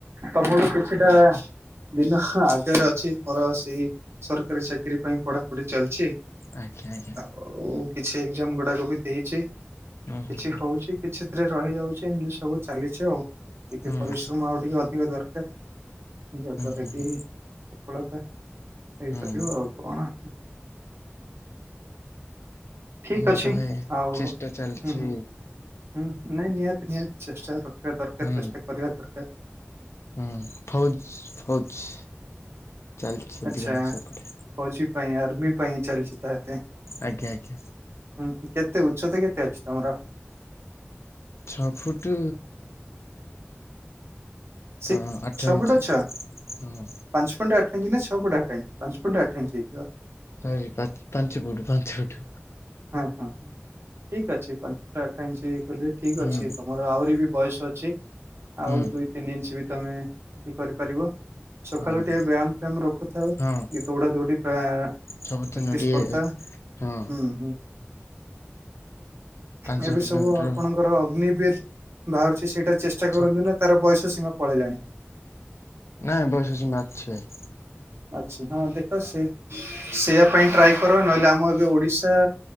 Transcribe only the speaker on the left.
ଆଜ୍ଞା, ଆଜ୍ଞା।
ହୁଁ ହୁଁ
ହୁଁ
ହୁଁ
ହୁଁ
ହୁଁ
ହୁଁ
ଆମର
ତ ଭାଇ
ଚେଷ୍ଟା ଚାଲିଛି
ହୁଁ
ହୁଁ, ଫଉଜ୍‌, ଫଉଜ୍‌ ଚାଲିଛି
ଅଧିକାଂଶ ଏପଟେ।
ଆଜ୍ଞା, ଆଜ୍ଞା।
ଛଅ ଫୁଟ୍
ହ, ଆଠ
ଇଞ୍ଚ,
ହଁ।
ଚାରି ପା ପାଞ୍ଚ ଫୁଟ୍, ପାଞ୍ଚ ଫୁଟ୍।
ହୁଁ
ହୁଁ
ହଁ ଭାଇ
ହଁ
ସବୁଦିନ ଟିକେ
ହଁ
ପାଞ୍ଚ
କିଲୋମିଟର
ସବ
ନାଇଁ ବୟସ ସୀମା ଅଛି ଭାଇ